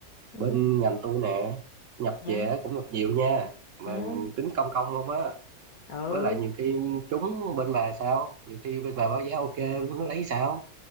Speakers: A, on the left; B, on the right.
A: ừ
B: bên ngành tôi nè nhập
A: ừ
B: về cũng nhập nhiều nha mà
A: ừ,
B: tính công công không á
A: ừ.
B: với lại nhiều khi trúng bên bà sao nhiều khi bên bà báo giá ok nó lấy sao